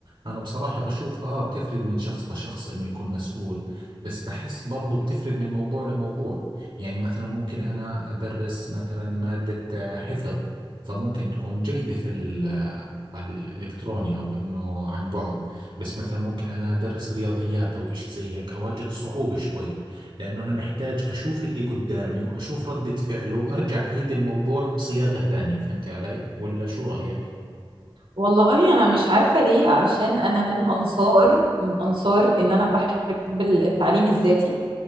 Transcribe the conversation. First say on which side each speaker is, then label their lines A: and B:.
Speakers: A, on the right; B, on the right.
A: أنا بصراحة بشوفها آه بتفرق من شخص لشخص إنه يكون مسؤول، بس بحس برضو بتفرق من موضوع لموضوع، يعني مثلا ممكن أنا أدرس مثلا مادة آه، حفظ، فممكن تكون جيدة في ال على الإلكتروني أو إنه عن بعد، بس مثلا ممكن أنا أدرس رياضيات أو إشي زي هيك أواجه صعوبة شوي. لأنه أنا محتاج أشوف اللي قدامي وأشوف ردة فعله وأرجع أعيد الموضوع بصياغة ثانية فهمت علي؟ ولا شو رأيك؟
B: والله انا مش عارفة ليه عشان انا من انصار من انصار ان انا بحب التعليم الذاتي